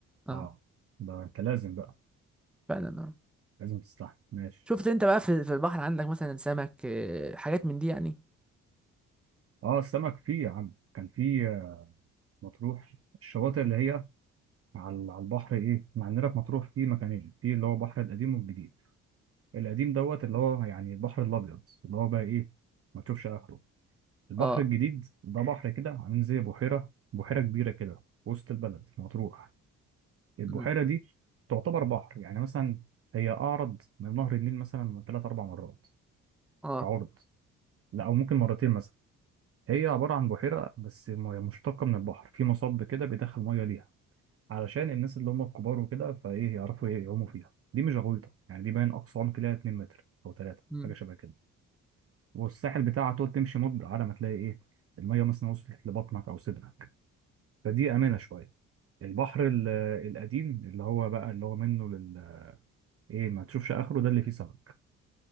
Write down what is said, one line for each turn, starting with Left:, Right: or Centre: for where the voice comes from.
Centre: اه
Right: اه ده انت لازم بقى
Centre: فعلا اه
Right: لازم تستحمل ماشي
Centre: شفت انت بقى في في البحر عندك مثلا سمك آه، حاجات من دي يعني
Right: اه السمك فيه يا عم كان فيه مطروح الشواطئ اللي هي على على البحر ايه مع عندنا في مطروح في مكانين في اللي هو البحر القديم والجديد القديم دوت اللي هو يعني البحر الابيض اللي هو بقى ايه ما تشوفش اخره البحر
Centre: اه
Right: الجديد ده بحر كده عامل زي بحيره بحيره كبيره كده في وسط البلد في مطروح البحيره
Centre: امم
Right: دي تعتبر بحر يعني مثلا هي اعرض من نهر النيل مثلا ثلاث اربع مرات
Centre: اه
Right: كعرض لا او ممكن مرتين مثلا هي عباره عن بحيره بس مية مشتقه من البحر في مصب كده بيدخل ميه ليها علشان الناس اللي هم الكبار وكده فايه يعرفوا ي- يعوموا فيها دي مش غويطه يعني دي باين اقصى عمق ليها 2 متر او 3
Centre: امم
Right: حاجه شبه كده والساحل بتاعها تقعد تمشي مده على ما تلاقي ايه الميه مثلا وصلت لبطنك او صدرك فدي امنه شويه البحر ال- القديم اللي هو بقى اللي هو منه لل ايه ما تشوفش اخره ده اللي فيه سمك